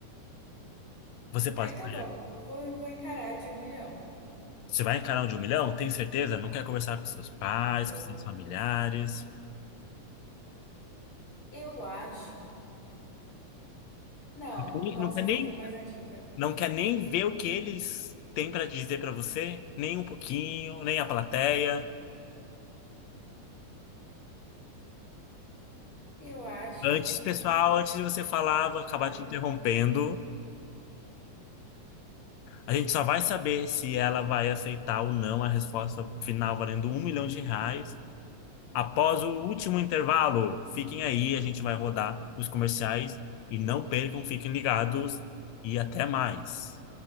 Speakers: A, on the left; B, on the left.
A: Você pode
B: Ah, então
A: sair.
B: vamos. Eu vou, vou encarar de um milhão.
A: Você vai encarar um de um milhão? Tem certeza? Não quer conversar com seus pais,
B: Vou.
A: com seus familiares?
B: Eu acho. Não,
A: Nem-
B: nossa,
A: Não quer
B: eu
A: nem,
B: não tenho mais a dica.
A: não quer nem ver o que eles têm para dizer para você? Nem um pouquinho, nem a plateia.
B: Eu acho
A: Antes,
B: que.
A: pessoal, antes de você falar, vou acabar
B: Ai.
A: te interrompendo. A gente só vai saber se ela vai aceitar ou não a resposta final valendo um milhão de reais após o último intervalo. Fiquem aí, a gente vai rodar os comerciais e não percam, fiquem ligados e até mais.